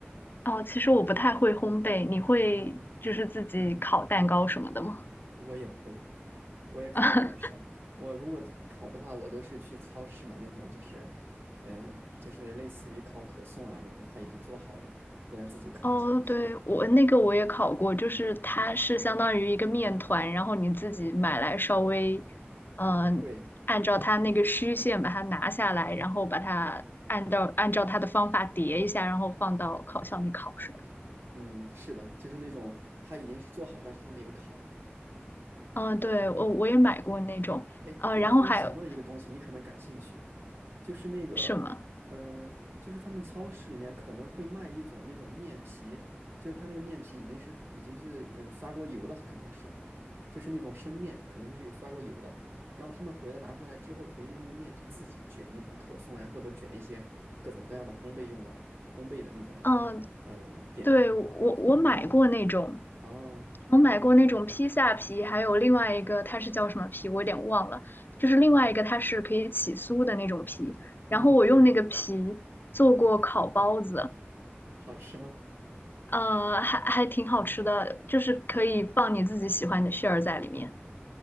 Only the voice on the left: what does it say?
哦，其实我不太会烘焙，你会就是自己烤蛋糕什么的吗？
<laughs>
哦，对，我那个我也烤过，就是它是相当于一个面团，
然后你自己买来稍微，嗯、
按照它那个虚线把它拿下来，然后把它按照按照它的方法叠一下，然后放到烤箱里烤是吧？
嗯，对，我我也买过那种，
呃，
然后还有
什么？
嗯，
对，我我买过那种，
我买过那种披萨皮，还有另外一个它是叫什么皮，我有点忘了，就是另外一个它是可以起酥的那种皮，
然后我用那个皮做过烤包子，
呃，还还挺好吃的，就是可以放你自己喜欢的馅儿在里面。